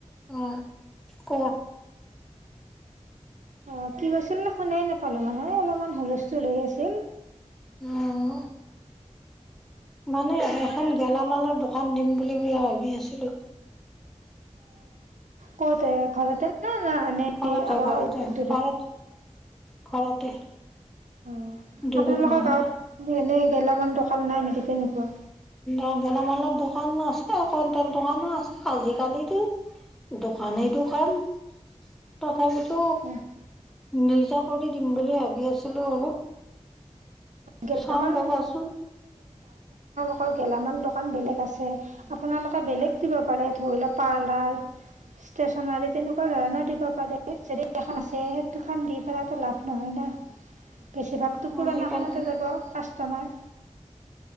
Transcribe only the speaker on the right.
অহ কি কৈছিল নে শুনাই নাপ। পালো এই আমানা হুলস্থুল হৈ আছিল।
কতে ঘৰততে না-না নে
অলপ
দূৰত।
অহ
আপোনালোকৰ
গাঁৱত এনে গেলামান দোকান নাই নেকি। তেনেকুৱা?
উম।
গেলামাল
বাৰু গেলামান দোকান বেলেগ আছে আপোনালোকে বেলেগ দিব পাৰে ধৰি লওঁক পাৰ্লাৰ, ষ্টেশচনাৰী তেনেকুৱা ধৰণৰ দিব পাৰে যদি এখন আছে সেই দুখন দি পেলাই লাভ। নহয় না। বেছিভাগতো পুৰণা
খানতে যাব কাচ তোমাৰ